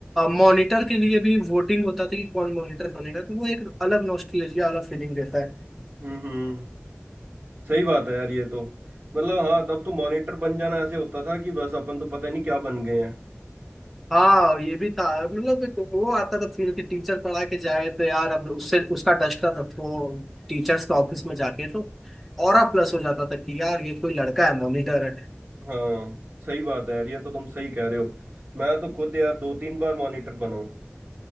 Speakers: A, in the centre; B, on the right.
A: मॉनिटर के लिए भी वोटिंग होता था कि कौन मॉनिटर बनेगा तो वो एक अलग नॉस्टैल्जिया अलग फीलिंग देता है
B: हम्म हम्म सही बात है यार ये तो मतलब हाँ तब तो मॉनिटर बन जाना ऐसे होता था कि बस अपन तो पता ही नहीं क्या बन गए हैं
A: हाँ ये भी था मतलब एक वो आता था फील कि टीचर पढ़ा के जाए तो यार अब उससे उसका डस्टर रखो टीचर्स के ऑफिस में जाके तो और प्लस हो जाता था कि यार ये कोई लड़का है मॉनिटर
B: हाँ सही बात है यार ये तो तुम सही कह रहे हो मैं तो खुद यार दो तीन बार मॉनिटर बनाऊं